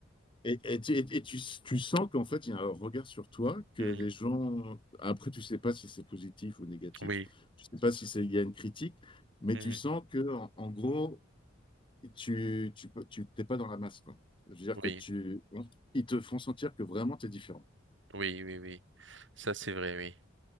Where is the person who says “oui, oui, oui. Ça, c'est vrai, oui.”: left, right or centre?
Right